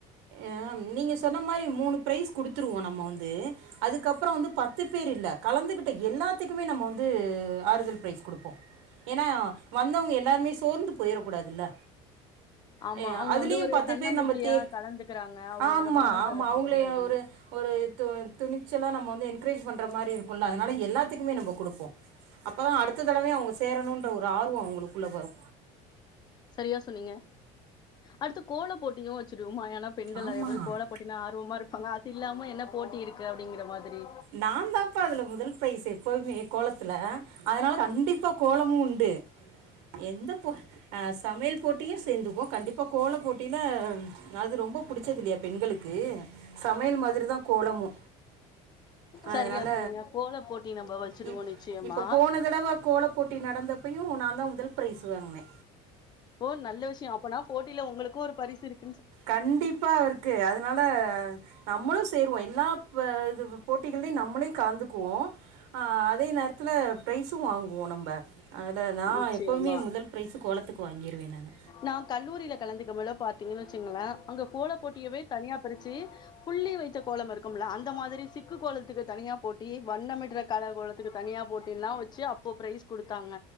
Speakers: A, on the right; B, on the left.
A: ஏம் நீங்க சொன்ன மாரி மூனு ப்ரைஸ் குடுத்துருவோ நம்ம வந்து அதுக்கப்றோ வந்து பத்து பேர் இல்ல கலந்துகிட்ட எல்லாத்துக்குமே நம்ம வந்து ஆறுதல் ப்ரைஸ் குடுப்போ எனா வந்தவுங்க எல்லாருமே சோர்ந்து போயிரக்கூடாதுல்ல
B: ஆமா.
A: அ
B: அவங்க
A: அதுலியும்
B: வந்து ஒரு
A: பத்து
B: தன்னம்பிக்கையா
A: பேர் நம்மத் தே
B: கலந்துக்கிறாங்க. அவங்களோட
A: ஆமா
B: மனம்
A: ஆமா
B: தளர்ந்துறக்கூடாது.
A: அவுங்ளே எ ஒரு ஒரு து துணிச்சலா நம்ம வந்து என்கரேஜ் பண்ற மாரி இருக்குல்ல அதனால எல்லாத்துக்குமே நம்போ குடுப்போ அப்பதா அடுத்த தடவையு அவுங்க சேரணுன்ற ஒரு ஆர்வோ அவுங்குளுக்குள்ள வரு
B: சரியா சொன்னீங்க அடுத்து கோலப் போட்டியு வச்சுடுவோமா எனாப் பெண்கள்
A: ஆமாம்
B: நெறையப் பேரு கோலப் போட்டினா ஆர்வமா இருப்பாங்க அது இல்லாம என்னப் போட்டி இருக்கு அப்டிங்கிற மாதிரி
A: நாந்தாப்பா அதுல முதல் பிரைஸ் எப்பவுமே கோலத்துல அதனால ரண்டிப்பா கோலமு உண்டு எந்தப்போ அ ச் சமையல் போட்டியு சேந்துகுவோ கண்டிப்பா கோலப் போட்டில அது ரொம்ப பிடிச்சது இல்லியா பெண்களுக்கு சமையல் மாதிரிதா கோலமு
B: சரியா
A: அதனால
B: சொன்னீங்க. கோல போட்டி நம்ம வச்சுடுவோம்
A: இப்
B: நிச்சயமா.
A: இப்ப போன தடவ கோலப் போட்டி நடந்தப்பையு நாந்தா முதல் பிரரைஸ் வாங்னே
B: ஓ நல்ல விஷ்யோ அப்பனா போட்டில உங்களுக்கு ஒரு பரிசு இருக்
A: கண்டிப்பா இருக்கு அதனால நம்மளு சேருவோ எல் ல்லாப்ப இது போட்டிகள்லியு நம்மளே கலந்துக்குவோ அ அதே நேரத்துல ப்ரைஸு வாங்குவோ நம்ப அல நா
B: நிச்சயமா.
A: எப்பவுமே முதல் ப்ரைஸு கோலத்துக்கு வாங்கிருவே நானு
B: நாங் கல்லூரியில கலந்துக்க மேல பாத்தீங்கனு வச்சுங்களே அங்க கோல போட்டியவே தனியாப் பிரிச்சி புள்ளி வைத்த கோலம் இருக்கும்ல அந்த மாதிரி சிக்கு கோலத்துக்கு தனியாப் போட்டி வண்ணமிட்ற கலர் கோலத்துக்கு தனியாப் போட்டின்லா வச்சி அப் அப்போ ப்ரைஸ் குடுத்தாங்க